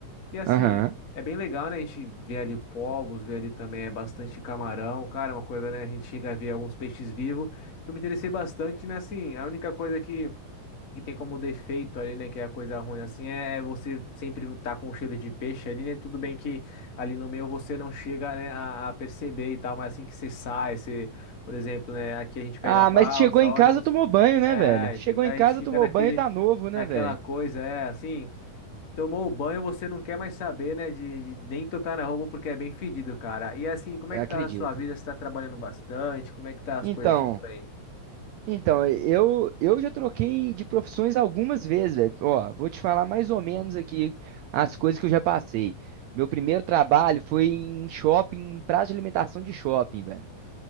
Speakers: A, on the left; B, on the right.
A: E assim,
B: Aham.
A: é bem legal, né? A gente vê ali povos, vê ali também é bastante camarão, cara, é uma coisa, né? A gente chega a ver alguns peixes vivos. Eu me interessei bastante, né? Assim, a única coisa que, que tem como defeito ali, né? Que é a coisa ruim, assim, é, é você sempre tá com o cheiro de peixe ali, né? Tudo bem que ali no meio você não chega, né, a, a perceber e tal, mas assim que você sai, você, por exemplo, né? Aqui a gente pega
B: Ah,
A: balsa,
B: mas chegou em
A: ônibus,
B: casa, tomou banho, né,
A: é,
B: velho? Chegou
A: entendeu?
B: em
A: A
B: casa,
A: gente fica
B: tomou
A: naquele,
B: banho, tá novo, né,
A: naquela
B: velho?
A: coisa, é assim. Tomou o banho, você não quer mais saber, né? De, de nem tocar na roupa porque é bem fedido, cara. E assim, como
B: Eu
A: é que
B: acredito.
A: tá a sua vida? Você tá trabalhando bastante? Como é que tá as
B: Então,
A: coisas por aí?
B: então, eu eu já troquei de profissões algumas vezes, velho. Ó, vou te falar mais ou menos aqui as coisas que eu já passei. Meu primeiro trabalho foi em shopping, praça de alimentação de shopping, velho.